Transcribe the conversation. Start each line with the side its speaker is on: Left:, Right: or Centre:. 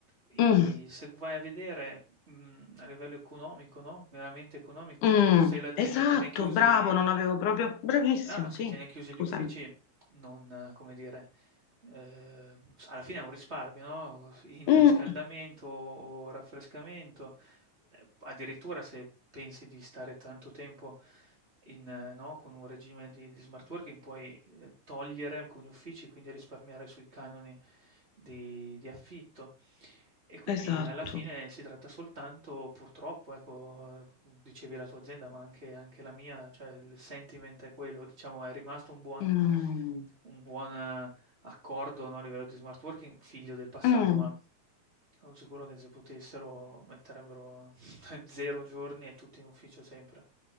Right: i
Left: Mm.
Right: se vai a vedere, mhmm, a livello economico, no, veramente economico,
Left: Mm,
Right: se l'azienda
Left: esatto,
Right: tiene chiusi
Left: bravo, non avevo proprio... Bravissimo,
Right: Ah, se
Left: sì,
Right: tiene chiusi
Left: scusami.
Right: gli uffici non, eh, come dire, ehm, alla fine è un risparmio, no? In
Left: Mm,
Right: riscaldamento o raffrescamento, eh, addirittura se pensi di stare tanto tempo in, eh, no, con un regime di, di smart working, puoi eh, togliere alcuni uffici, quindi risparmiare sui canoni di, di affitto. E quindi
Left: esatto.
Right: alla fine si tratta soltanto, purtroppo, ecco, dicevi la tua azienda, ma anche, anche la mia, cioè il sentiment è quello, diciamo, è rimasto un buon,
Left: Mm,
Right: un buon eh, accordo, no, a livello di smart working, figlio del passato,
Left: mm.
Right: ma sono sicuro che se potessero metterebbero <laughs> 0 giorni e tutti in ufficio sempre.